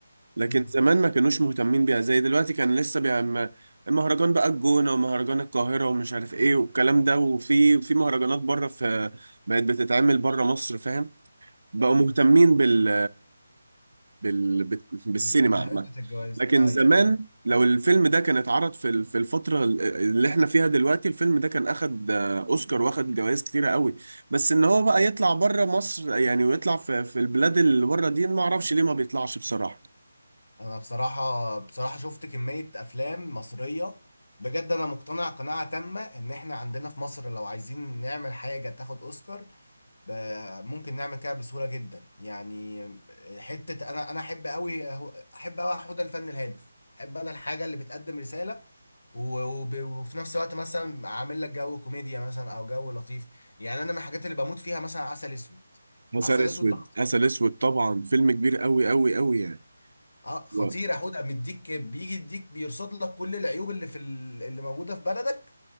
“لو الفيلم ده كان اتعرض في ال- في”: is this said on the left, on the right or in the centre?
Right